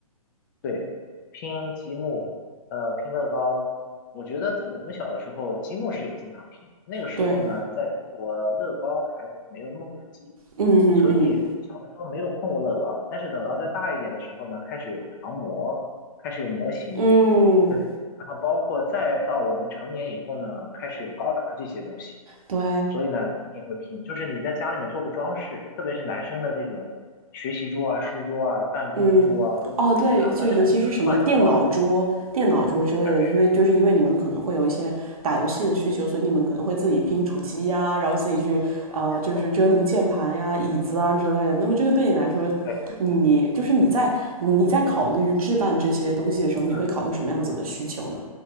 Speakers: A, on the left; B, on the right.
A: 对，拼积木，呃，拼乐高。我觉得在我们小的时候，积木是有经常拼。那个时候呢，
B: 对，
A: 在中国乐高还没有那么普及，
B: 嗯嗯嗯
A: 所以小的时候没有碰过乐高。但是等到再大一点的时候呢，开始有航模，开始有模型，
B: 嗯，
A: 对，然后包括再到我们成年以后呢，开始有高达这些东西。
B: 对，
A: 所以呢，你也会拼，就是你在家里面做个装饰，特别是男生的这种学习桌啊、书桌啊、办公桌啊或者柜子上，
B: 嗯，哦，对，就尤其是什么电脑桌、
A: 大家总喜欢放一个高达。
B: 电脑桌之类的，
A: 对，
B: 因为就是因为你们可能会有一些打游戏的需求，所以你们可能会自己拼主机呀，然后自己去呃，
A: 没错，
B: 就是折腾键盘呀、椅子啊之类的。那么这个对你来说，
A: 对，
B: 你就是你在你在考虑置办这些东西的时候，你会考虑什么样子的需求呢？
A: 嗯